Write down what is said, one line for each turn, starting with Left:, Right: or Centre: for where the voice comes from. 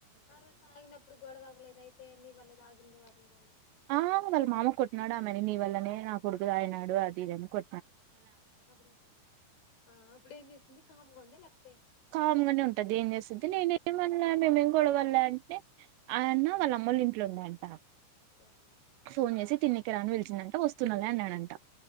Left: ఆ రోజు తాగినప్పుడు గొడవ అవ్వలేదు అయితే నీవల్ల తగిండు అదీదని
Right: ఆ వల్ల మామ కొట్నాడు ఆమేని నీ వల్లా నే నా కొడుకుదాగినాడు అది ఇదీదని కొ
Left: అప్పుడే ఆ అప్పుడేం చేసింది కామ్గా ఉందా లే తే
Right: కామ్గానే ఉంటుది ఏం చేస్తుంది నేను ఏమన్లే మేమేం గోడవా పడలే అంటే ఆయన్న వాళ్ళ అమ్మలు ఇంట్లో ఉండంట
Left: ఆహా
Right: ఫోన్ చేసి తిన్నెకి రాని పిలిచిందంట వస్తున్నలె అన్నాడంట